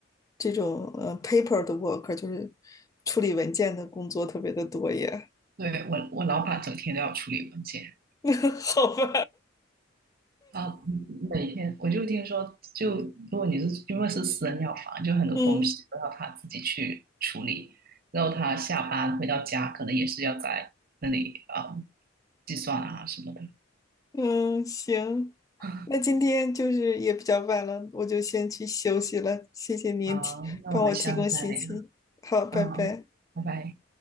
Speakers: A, on the left (about 20°); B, on the right (about 50°).
A: 这种呃 paper 的 work，就是处理文件的工作特别的多耶。
B: 对，我，我老板整天都要处理文件
A: <laughs> 好吧，
B: 啊，每天我就听说，就如果你是因为是私人药房，就很多东西都要他自己去处理，
A: 嗯。
B: 然后他下班回到家可能也是要在那里啊、呃计算啊什么的。
A: 嗯，行，
B: <laughs>
A: 那今天就是也比较晚了，我就先去休息了。谢谢您提，
B: 好，那我们下次再聊。
A: 帮我提供信息。好，拜拜。
B: 嗯，拜拜。